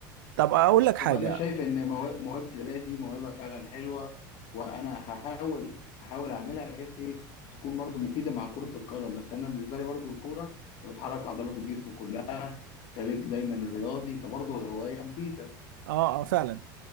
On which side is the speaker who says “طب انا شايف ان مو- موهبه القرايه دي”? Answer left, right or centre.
Left